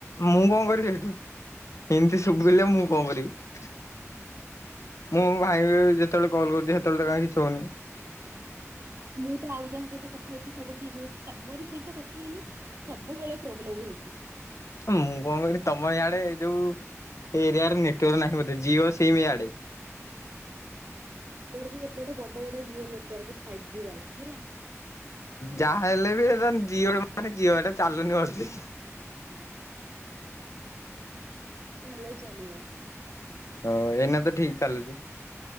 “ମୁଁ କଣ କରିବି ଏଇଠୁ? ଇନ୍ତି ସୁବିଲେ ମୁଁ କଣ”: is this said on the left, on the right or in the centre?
Left